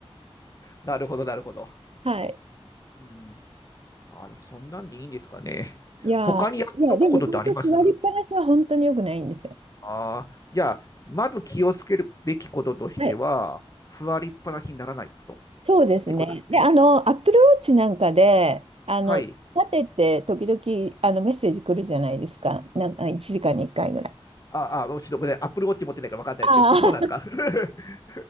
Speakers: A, on the left (about 35°); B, on the right (about 70°).
A: なるほど、なるほど。
B: <laughs> はい。
A: うん。あの、そんなんでいいんですかね。
B: いやー、
A: 他にやっとくことってあります
B: いや、でも本当、座りっぱなしは本当に良くないんですよ。
A: ああー、じゃあ、まず気をつけるべきこととしては、
B: はい。
A: 座りっぱなしにならないことってことですね。
B: そうですね。で、あの、アップルウォッチなんかで、あの、
A: はい。
B: 立てて、時々、あの、メッセージ来るじゃないですか。なんか、1時間に1回ぐらい。
A: ああ、もうちょっとごめんなさい。Apple Watch 持ってないから分かんないですけど、
B: ああ
A: そ、そうなんですか <laughs>